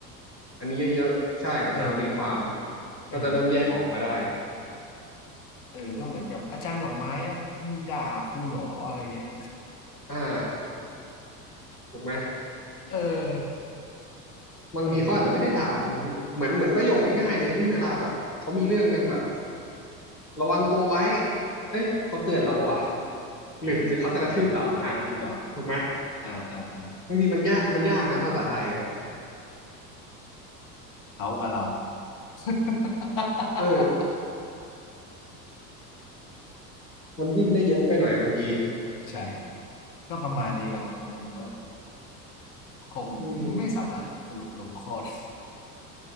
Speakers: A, on the left; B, on the left.
A: อันนี้เยอะๆใช่กับการตีความ
B: เออเออเออ
A: ก็จะเริ่มแยกออกมาได้
B: เออก็เหมือนกับอาจารย์ดอกไม้อ่ะมึงด่าครูเหรออะไรเงี้ย
A: อ่าถูกไหม
B: เออ
A: บางทีเขาอาจจะไม่ได้ถามบางทีเหมือนเหมือนประโยคง่ายๆเลยที่เวลาแบบเขามีเรื่องกันแบบ
B: เออ
A: ระวังตัวไว้เอ้ยเขาเตือนเราปะวะ
B: เอ๊ะเออหรือเขาจะกระทืบเรา
A: หรือหรือเขาจะกระทืบเราอ่ะถูกไหม
B: อ่าอ่าอ่า
A: บางทีมันยากมันยากนะภาษาไทยอ่ะ
B: เขากับเรา <laughs>
A: เออมันดิ้นได้เยอะไปหน่อยบางที
B: ใช่ก็ประมาณนี้ละมั้งครับวันนี้ว่าคงไม่สามารถสรุปลงข้อได
A: อืม